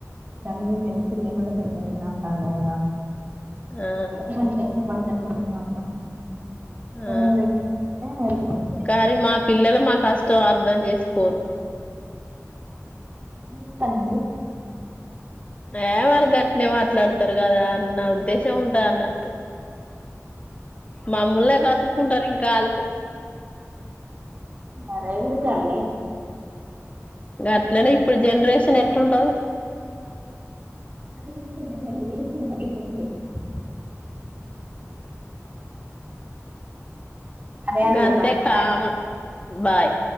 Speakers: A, on the right; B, on the left.
A: మీరు ఇడతే పిల్ కూడా పెద్ద ఎ ఉంటాలద
B: ఆ
A: ఎ కష్టపదినత మాత్రం పొలం
B: ఆ
A: పెట్టించుకుంటే అయిపోతది
B: కానీ మా పిల్లలు మా కాస్ తో అర్థం చేసుకోరు
A: ఇ పన్ను
B: ఏ వాళ్ళు గట్టినే మాట్లాడతారు కదా అన్న ఉద్దేశం ఉంటంది అన్నట్టు మాముూలే కాసురుకుంటారు ఇంకా వాళ్ళు
A: అలా ఎందుకు అండి
B: అట్లనే ఇప్పుడు జెనరేషన్ ఎట్ంటది
A: అది <unintelligible> సరే అండి
B: గంతే
A: మరి
B: కావన్
A: బాయ్
B: బాయ్